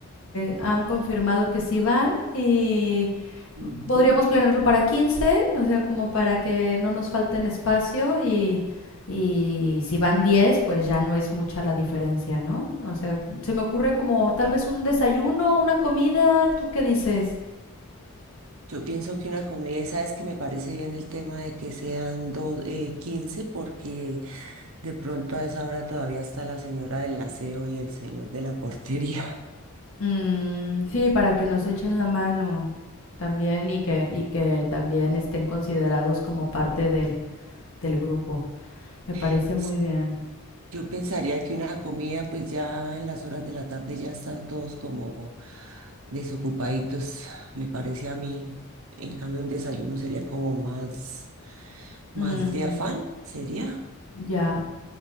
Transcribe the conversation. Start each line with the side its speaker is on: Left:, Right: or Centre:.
Left: eh, han confirmado que sí van y
Right: Ujú.
Left: podríamos planearlo para quince o sea, como para que no nos falten espacio y, y si van 10 pues ya no es mucha la diferencia, ¿no? O sea, se me ocurre como tal vez un desayuno, una comida, ¿tú qué dices?
Right: Yo pienso que una comida, y sabes que me parece bien el tema de que sean dos, eh, 15, porque de pronto a esa hora todavía está la señora del aseo y el señor de la portería.
Left: Mm, sí, para que nos echen la mano también y que, y que también estén considerados como parte del, del grupo. Me parece
Right: <laughs>
Left: muy bien.
Right: Yo pensaría que una comida, pues ya en las horas de la tarde ya están todos como desocupaditos, me parece a mí. En cambio, un desayuno sería como más, más
Left: Mm,
Right: de afán, ¿sería?
Left: ya.